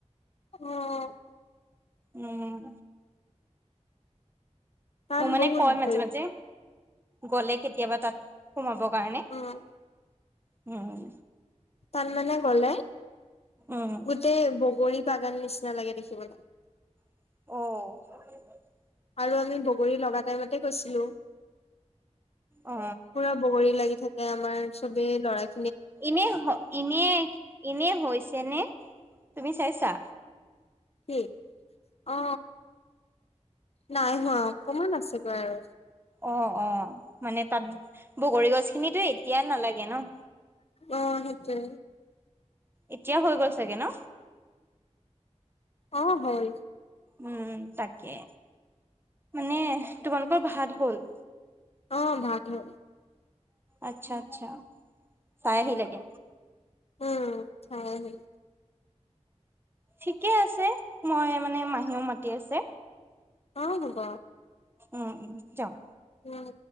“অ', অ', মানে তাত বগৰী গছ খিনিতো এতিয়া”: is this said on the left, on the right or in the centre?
Right